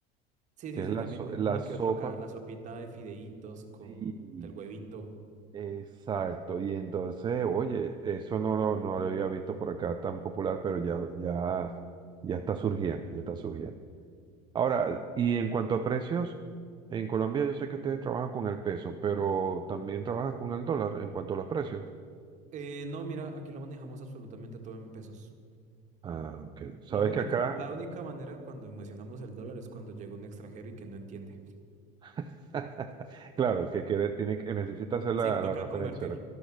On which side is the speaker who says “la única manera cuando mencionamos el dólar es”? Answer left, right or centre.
Right